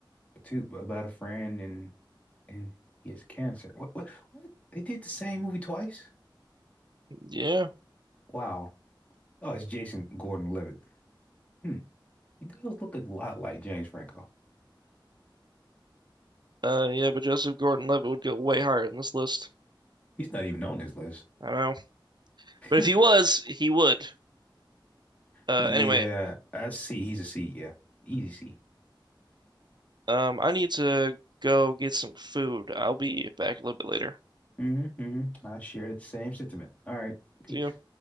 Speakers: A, on the left (about 15°); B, on the right (about 60°).
A: Too about a friend and and he has cancer. What what what? They did the same movie twice?
B: Yeah.
A: Wow. Oh, it's Jason Gordon-Levitt. Hmm. He does look a lot like James Franco.
B: Uh, yeah, but Joseph Gordon-Levitt would go way higher in this list.
A: He's not even on this list.
B: I don't know, but
A: <laughs>
B: if he was, he would. Uh,
A: But yeah,
B: anyway,
A: I see. He's a C. Yeah. Easy C.
B: um, I need to go get some food. I'll be back a little bit later.
A: hmm hmm I share the same sentiment. All right. Peace.
B: See ya.